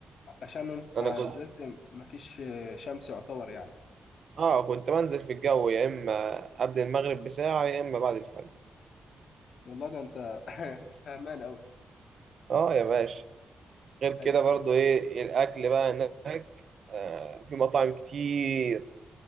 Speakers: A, on the left; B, on the right.
A: عشان انت
B: انا كنت
A: نزلت ما فيش شمس يعتبر يعني
B: اه كنت بنزل في الجو يا اما قبل المغرب بساعه يا اما بعد الفجر
A: والله ده انت <laughs> فهمان قوي
B: اه يا باشا غير كده
A: ايوه
B: برضو ايه الاكل بقى هناك آه، في مطاعم كتير